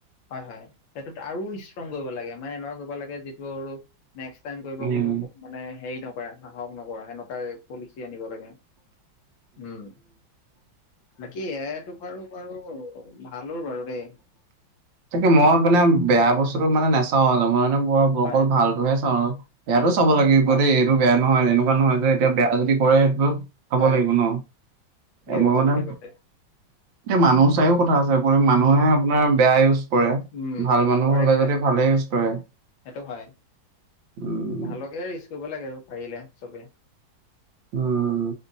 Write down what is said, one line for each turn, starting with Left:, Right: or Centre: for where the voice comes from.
Left: হয়, হয়, সেইটোত আৰু ষ্ট্ৰং কৰিব লাগে মানে এনেকুৱা কৰিব লাগে যিটো আৰু নেক্স টাইম কৰিব
Right: উম
Left: কোনো মানে হেৰি নকৰা সাহস নকৰা সেনেকুৱা পলিচি আনিব লাগে। উম, বাকী এ আইটো বাৰু বাৰু ভালো বাৰু দেই।
Right: তাকে মই মানে বেয়া বস্তুটো মানে নাচাওঁ আৰু মই মানে বৰ
Left: হয়
Right: অকল ভালটোহে চাওঁ আৰু। বেয়াতো চাব লাগিব
Left: হয়
Right: দেই এইটো বেয়া নহয় এনেকুৱা নহয় যে এতিয়া বেয়া যদি কৰে সেইটোতো চাব
Left: হয়
Right: লাগিব ন,
Left: ঠিকে
Right: মই
Left: কৈছে
Right: মানে
Left: ঠিকে কৈছে
Right: এতিয়া মানুহ চাইয়ওঁ কথা আছে মানুহে আপোনাৰ বেয়া ইউজ কৰে,
Left: উম
Right: ভাল মানুহ
Left: কৰে
Right: হলে
Left: কৰে
Right: যদি ভালেই ইউজ কৰে।
Left: সেইটো হয়
Right: উম
Left: ভালকে ইউজ কৰিব লাগে আৰু পাৰিলে চবে।
Right: উম।